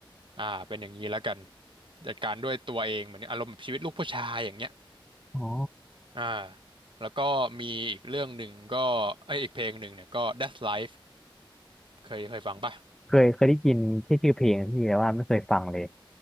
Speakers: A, on the right (about 65°); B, in the centre.
A: อ่าเป็นอย่างนี้แล้วกันจัดการด้วยตัวเองเหมือนอารมณ์แบบชีวิตลูกผู้ชายอย่างเงี้ย
B: อ๋อ
A: อ่าแล้วก็มีอีกเรื่องหนึ่งก็เอยอีกเพลงหนึ่งเนี่ยก็ That's Life เคยเคยฟังป่ะ
B: เคยเคยได้ยินแค่ชื่อเพลงพี่แต่ว่าไม่เคยฟังเลย